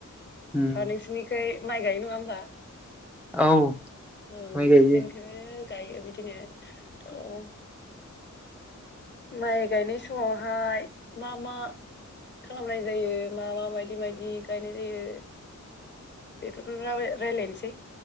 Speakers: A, in the centre; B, on the left.
A: उम
B: थ' नोंसिनिखै माइ गायो नङा होमबा?
A: औ
B: औ
A: माइ गायो
B: जोंखैबो गायो बिदिनो थ' माइ गायनाय समावहाय मा मा खालामनाय जायो मा मा बायदि बायदि गायनाय जायो बेफोरखौनो रा-रायजलायनोसै।